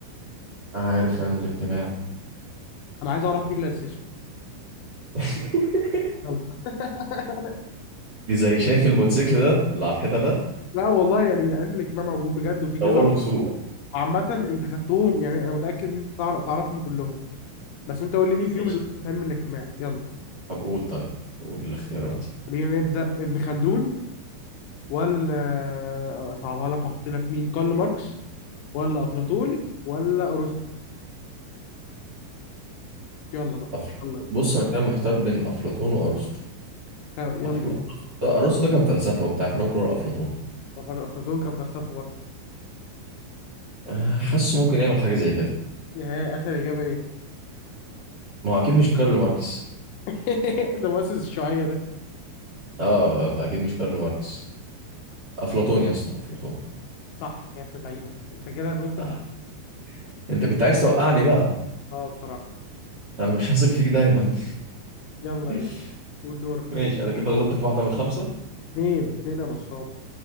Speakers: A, on the right (about 40°); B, on the left (about 75°).
A: عارف علم الاجتماع
B: انا عايز اعرف مين اللي اسسه
A: <laughs>
B: يلا. <laughs>
A: دي زي شايف الموتوسيكل ده اللي على الحيطه ده
B: لا والله يعني ده علم الاجتماع موجود بجد وفي كذا
A: دوره وسوقه
B: عامة انت خدتهم يعني انا متأكد ان انت تعر- تعرفهم كلهم بس انت قول لي مين فيهم
A: ماشي.
B: اللي في علم الاجتماع يلا
A: طب قول طيب قول الاختيارات
B: خلينا نبدأ ابن خلدون ولا اصعبها لك احط لك مين كارل ماركس ولا افلاطون ولا ارسطو يلا بقى
A: أفل...
B: يلا
A: بص انا كده محتار بين افلاطون وارسطو
B: خ- يلا
A: أفل... ده ارسطو ده كان فلسفه وبتاع فانا ممكن اقول افلاطون
B: ما فر- افلاطون كان فلسفة برضه
A: آه، حاسه ممكن يعمل حاجه زي كده
B: ايه اخر اجابة ايه
A: ما هو اكيد مش كارل ماركس
B: <laughs> ده مؤسس الشيوعية ده
A: اه فاكيد مش كارل ماركس افلاطون يا اسطى افلاطون
B: صح يا ابن اللعيبة انت كده غلطت
A: آه.
B: في
A: انت كنت عايز توقعني بقى
B: اه بصراحة
A: انا مش هثق فيك دايما
B: يلا
A: <laughs>
B: يلا قول دورك
A: ماشي انا كده غلطت في واحده من الخمسه
B: مين اتنين يا نصاب